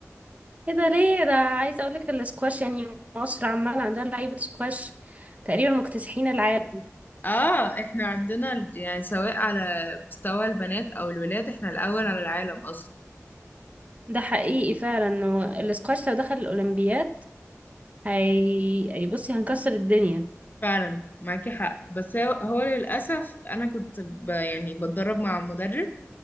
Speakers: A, on the right; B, on the left.
A: ايه ده ليه ده عايزه اقول لك السكواش يعني مصر عمال عندها لعيبه سكواش تقريبا مكتسحين العالم
B: اه احنا عندنا ال- يعني سواء على مستوى البنات او الولاد احنا الاول على العالم اصلا
A: ده حقيقي فعلا انه السكواش لو دخل الاولمبياد هي هي- بصي هنكسر الدنيا
B: فعلا معاكي حق بس هو هو للاسف انا كنت ب يعني بتدرب مع مدرب